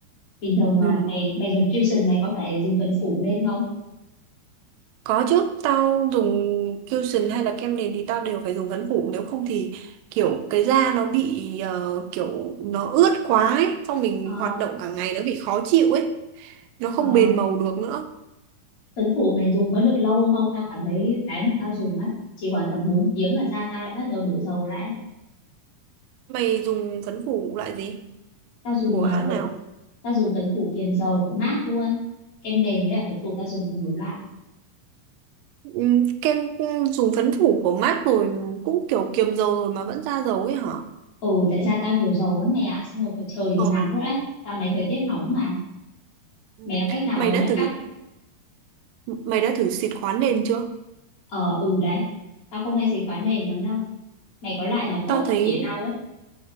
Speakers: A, on the left (about 45°); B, on the right (about 85°).
A: bình thường
B: Ừ.
A: ờ, mày mày dùng cushion mày có phải dùng phấn phủ lên không
B: Có chứ, tao dùng cushion hay là kem nền thì tao đều phải dùng phấn phủ nếu không thì kiểu cái da nó bị ờ, kiểu nó ướt quá ấy, xong mình
A: ờ
B: hoạt động cả ngày nó bị khó chịu ấy, nó không
A: ờ
B: bền màu được nữa.
A: Tuấn Phủ mày dùng có được lâu không? Tao cảm thấy cái mà tao dùng á chỉ khoảng tầm 4 tiếng là da tao lại bắt đầu đổ dầu lại.
B: Mày dùng phấn phủ loại gì?
A: Tao dùng
B: Của
A: ờ,
B: hãng
A: phấn
B: nào?
A: tao dùng phấn phủ kiềm dầu của MAC luôn. Kem nền với lại phấn phủ tao dùng cùng một loại.
B: Ừm, kem ừm, dùng phấn phủ của MAC rồi cũng kiểu kiềm dầu rồi mà vẫn ra dầu ấy hả?
A: Ừ tại da tao nhiều dầu lắm mẹ ạ. Xong rồi có trời thì
B: Ờ.
A: nắng nữa đấy. Dạo này thời tiết nóng mà.
B: Ừ.
A: Mẹ có cách nào
B: Mày
A: make
B: đã thử
A: up không?
B: mày đã thử xịt khoáng nền chưa?
A: Ờ ừ đấy. Tao không hay xịt khóa nền lắm đâu. Mày có loại nào tốt
B: Tao
A: không
B: thấy
A: chỉ tao với.